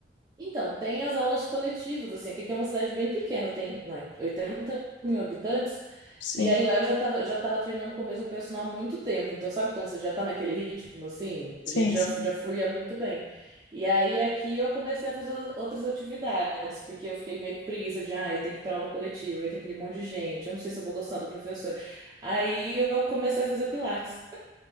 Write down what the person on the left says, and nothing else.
Sim,
sim,
sim.